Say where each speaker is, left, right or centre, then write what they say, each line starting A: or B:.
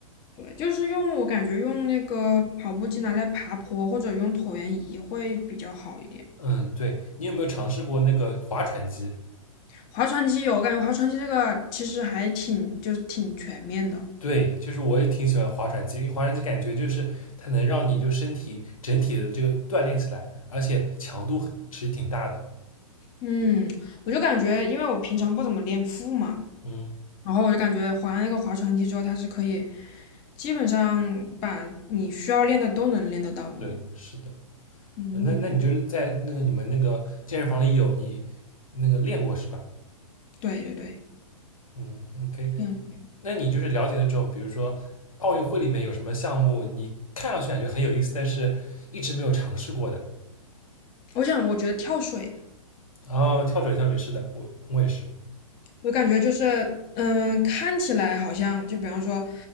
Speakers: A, on the left; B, on the left.
A: 对就是用我感觉用那个跑步机拿来爬坡或者用椭圆仪会比较好一点。
B: 嗯，对，你有没有尝试过那个划船机？
A: 划船机有，我感觉划船机这个其实还挺就是挺全面的。
B: 对，就是我也挺喜欢划船机，因为划船机感觉就是它能让你就身体整体的这个锻炼起来，而且强度其实挺大的。
A: 嗯，我就感觉因为我平常不怎么练腹嘛，
B: 嗯，
A: 然后我就感觉划了那个划船机之后，它是可以基本上把你需要练的都能练得到哦
B: 对，是的。
A: 嗯，
B: 呃那那你就在那个你们那个健身房里有你那个练过是吧？
A: 对对对，
B: 嗯，OK，
A: 练过
B: 那你就是了解那种，比如说奥运会里面有什么项目，你看上去感觉很有意思，但是一直没有尝试过的。
A: 我想我觉得跳水
B: 哦，跳水，跳水，是的，我我也是。
A: 我感觉就是，嗯，看起来好像就比方说，